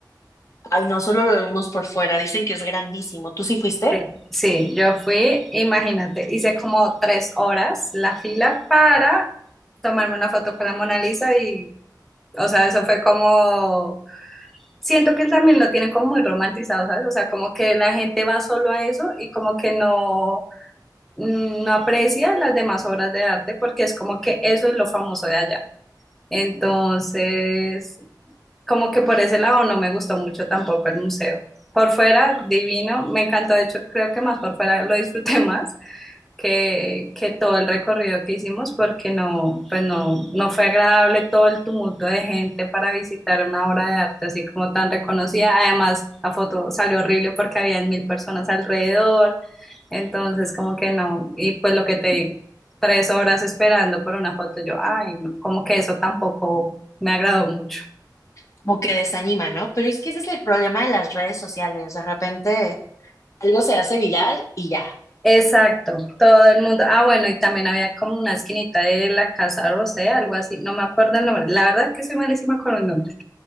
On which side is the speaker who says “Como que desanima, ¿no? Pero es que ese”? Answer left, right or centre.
Left